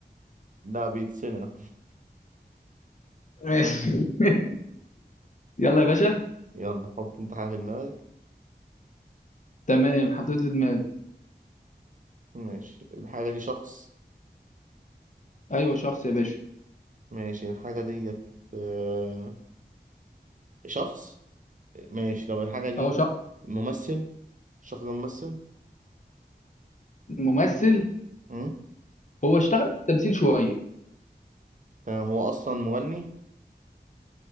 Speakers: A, on the right; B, on the left.
A: لا بيتصنع
B: ماشي <laughs> يلا
A: <laughs>
B: يا باشا
A: يلا حط انت حاجة في دماغك
B: تمام حطيت في دماغي
A: ماشي الحاجة دي شخص
B: ايوه شخص يا باشا
A: ماشي الحاجة ديت آه، شخص ماشي لو الحاجة دي
B: اهو شخص
A: ممثل الشخص ده ممثل
B: ممثل
A: مم.
B: هو اشتغل في التمثيل شوية
A: تمام هو أصلا مغني